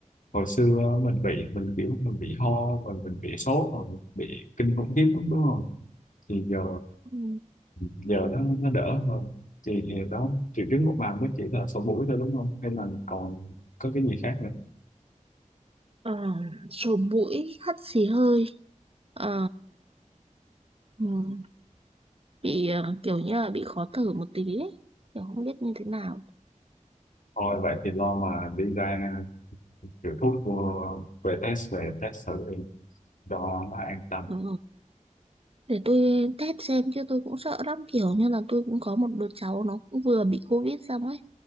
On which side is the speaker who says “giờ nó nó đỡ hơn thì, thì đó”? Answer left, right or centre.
Left